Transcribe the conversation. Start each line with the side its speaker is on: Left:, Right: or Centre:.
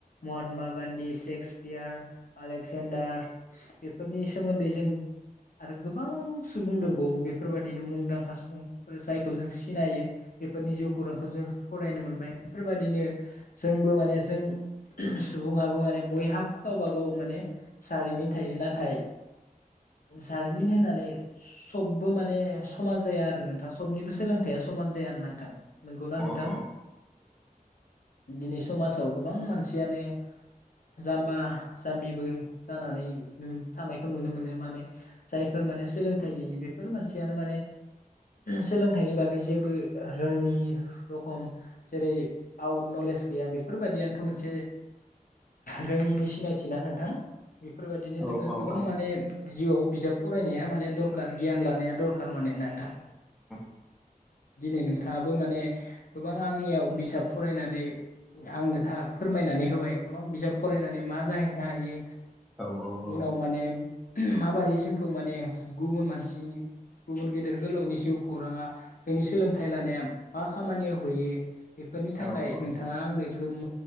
Left: महात्मा गान्धी सेक्सपियार आलेक्जेनड डार बेफोरनि सोमोन्दै जों आरो गोबां सुबुं दंबावो बेफोरबादिनो मुंदांखा सुबुंफोर जायखौ जों सिनायो बेफोरनि जिउ खौरांखौ जों फरायनो मोनबाय बेफोरबायादिनो जोंबो माने जों सुबुङाबो माने बयहाबो गावबा गाव माने जारिमिन थायो नाथाय <inaudible> जारिमिन होननानै सबबो माने समान जाया आरो नोंथां सबनिबो सोलोंथाया समाज जाया नोंथां नोंगौना नोंथां
Centre: औ
Left: दिनै समाजाव गोबां मानसियानो जाम्बा जाम्बिबो जानानै थानायखौ नुनो मोनो माने जायफोर माने सोलोंथाइ गैयि बेफोर मानसियानो माने सोलोंथाइनि बागै जेबो रोङि रखम जेरै आउट नलेज गैया बेफोरबादियानोथ' मोनसे रोङिनि सिनायथि ना नोंथां बेफोरबादिनो
Centre: औ
Left: जोङो गोबां माने
Centre: औ
Left: जिउआव बिजाब फरायनाया माने दरखार गियान लानाया दरखार थारमानि नोंथां
Centre: औ
Left: दिनै नोंथाङाबो माने गोबां आंनियाव बिजाब फरायनानै आंनो था फोरमायनानै होबाय गोबां बिजाब फरायनानै मा जाहैनो हायो
Centre: औ औ
Left: उनाव
Centre: औ
Left: माने माबोरै जोंखौ माने गुबुन मानसिनि गुबुन गेदेर गोलावनि जिउ खौराङा जोंनि सोलोंथाइ लानाया मा खामानियाव हैयो बेफोरनि थाखाय
Centre: औ औ
Left: नोंथाङा आंनो